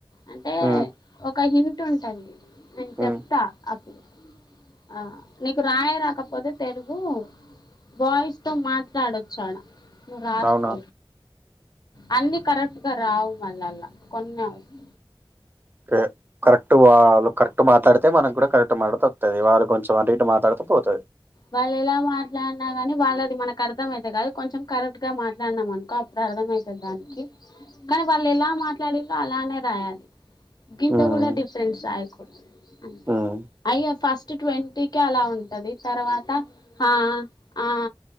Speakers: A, on the left; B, on the right.
A: అంటే
B: ఉమ్
A: ఒక హింట్ ఉంటాది నేను చెప్తా
B: ఉమ్
A: అప్పుడు ఆ నీకు రాయ రాకపోతే తెలుగు వాయిస్ తో మాట్ లా మాట్లాడచ్చాడ నువ్వు రాసుకో
B: అవునా
A: అన్ని కరెక్ట్ <unintelligible> రావ్ మళ్ళా అల కొన్న వస్త్
B: కే కరెక్ట్ వాళ్ళు కరెక్ట్ మాట్లాడితే మనం కూడా కరెక్ట్ మాట్లాడుత వస్తాది వాళ్ళు కొంచెం అటు ఇటు మాట్లాడితే పోతాది
A: వాళ్ళు ఎలా మాట్లాడినా కాని వాళ్ళది మనకు అర్థం అయితే కాదు కొంచెం కరెక్ట్ గా మాట్లాడినాం అనుకో అప్పుడు అర్థమవుతుంది దానికి కానీ వాళ్ళు ఎలా మాట్లాడేలో అలానే రాయాలి గీంత
B: ఉమ్
A: కూడా డిఫరెన్ట్స్ రాయకూ అంతే
B: ఉమ్
A: అయ్యా ఫస్ట్ ట్వంటీ కే అలా ఉండ తర్వాత ఆ ఆ